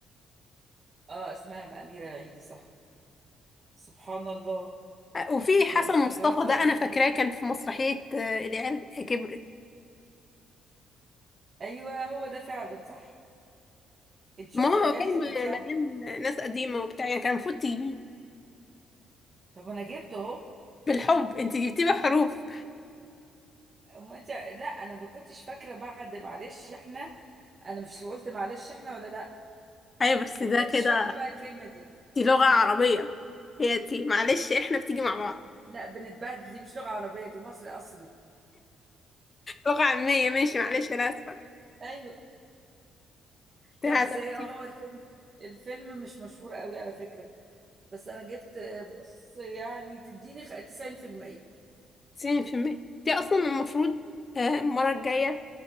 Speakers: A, on the right (about 40°); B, on the left (about 30°).
A: اه اسمها اميره العيدي صح سبحان الله
B: آه، وفي حسن
A: لا مش
B: مصطفى
A: فاكراه خالص
B: ده أنا
A: الفيلم
B: فاكراه كان في مسرحية آه، العيال كبرت
A: ايوه هو ده فعلا صح انت شفتي
B: ما هو
A: العيال
B: فيلم
A: كبرت يعني
B: مليان ناس قديمة وبتاع يعني كان المفروض تجيبيه
A: طب انا جبته اهو
B: بالحب انت جبتيه بحروف
A: ما انت لا انا ما كنتش فاكره بعد معلش احنا انا مش قلت معلش احنا ولا لا
B: ايوه بس
A: ما
B: ده
A: كنتش
B: كده
A: فاكره بقى الكلمه دي
B: دي لغة عربية هي دي معلش احنا بتيجي مع بعض
A: لا بنتبهدل دي مش لغه عربيه دي مصري اصلي
B: لغة عامية ماشي
A: بن-
B: معلش انا اسفة
A: ايوه
B: ده
A: لا بس
B: ده
A: هي
B: بتيجي
A: هو الفيلم الفيلم مش مشهور قوي على فكره بس انا جبت بص يعني تديني خ- 90%
B: تسعين في المية دي اصلا المفروض آه، المرة الجاية